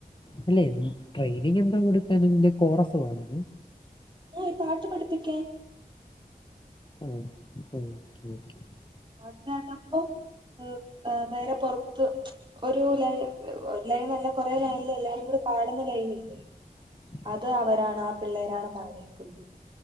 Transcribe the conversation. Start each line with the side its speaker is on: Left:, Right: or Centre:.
Left: അല്ലെ ന്. ട്രെയിനിങ് എന്താ കൊടുക്കാനു ഇതിന്റെ കോറസ് വണരു..
Right: ആഈ പാട്ട് പഠിപ്പിക്കേൻ..
Left: ആഹ ഓക്കെ ഓക്കേ..
Right: പാട്ട്കെട്ടപ്പോ ഹ് ഹേ. വേറെ പൊറത്ത്.. ഒരു ലൈ ഒരു ലൈനല്ല കുറെേ ലൈന് ല് എല്ലാരും കൂടി പാടുന്ന ലൈനില്ലേ..
Left: <inaudible>
Right: അത് അവരാണ് ആ പിള്ളേരാണ് പാടി ക്കുന്നേ..